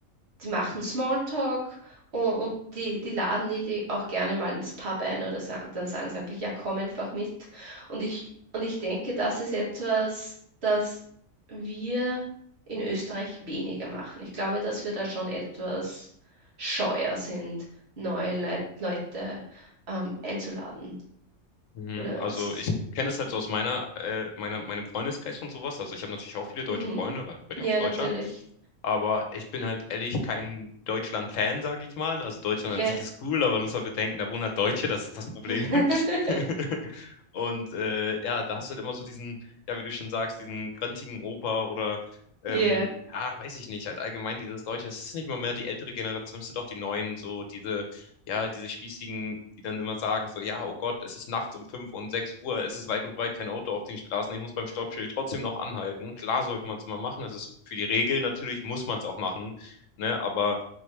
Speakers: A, on the right; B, on the left.
A: die machen Smalltalk und, und die, die laden die, die auch gerne mal ins Pub ein oder sagen, dann sagen sie einfach, ja, komm einfach mit. Und ich, und ich denke, das ist etwas, das wir in Österreich weniger machen. Ich glaube, dass wir da schon etwas scheuer sind, neue Leit Leute ähm, einzuladen.
B: mhm.
A: Oder
B: Also,
A: es ist-
B: ich kenne es halt so aus meiner äh, meiner meinem Freundeskreis und sowas. Also, ich habe natürlich auch viele deutsche
A: mhm.
B: Freunde, weil ich bin
A: Ja,
B: ja aus Deutschland.
A: natürlich.
B: Aber ich bin halt ehrlich kein Deutschland-Fan, sage ich mal. Also, Deutschland
A: Ja.
B: an sich ist cool, aber du musst halt bedenken, da wohnen halt Deutsche, das ist das Problem.
A: <laughs>
B: <laughs> Und, äh, ja, da hast du halt immer so diesen, ja, wie du schon sagst, diesen grantigen Opa oder, ähm,
A: Ja.
B: ja, weiß ich nicht, halt allgemein dieses Deutsche. Es ist nicht mal mehr die ältere Generation, es sind auch die Neuen, so diese ja, diese Spießigen, die dann immer sagen, so, ja, oh Gott, es ist nachts um 5 und 6 Uhr, es ist weit und breit kein Auto auf den Straßen, ich muss beim Stoppschild trotzdem noch anhalten. Klar sollte man es immer machen, das ist für die Regeln natürlich, muss man es auch machen, ne, aber